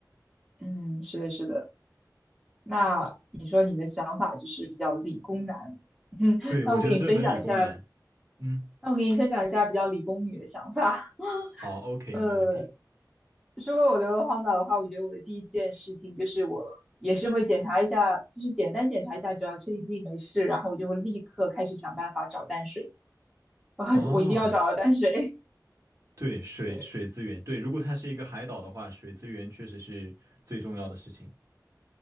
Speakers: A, in the centre; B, on the right (about 40°).
A: 嗯，是的，是的。那你说你的想法就是比较理工男，<laughs> 嗯那我给你分享一下，
B: 对，我觉得这很理工男。嗯，
A: 那我给你分享一下比较理工女的想法。
B: 好，OK，
A: 呃，
B: 没问题。
A: 如果我流落荒岛的话，我觉得我的第一件事情就是我也是会检查一下，就是简单检查一下，只要确定自己没事，然后我就会立刻开始想办法找淡水，<laughs> 然后我一定要找到淡水。
B: 哦，对，水水资源，
A: <laughs>
B: 对，如果它是一个海岛的话，水资源确实是最重要的事情。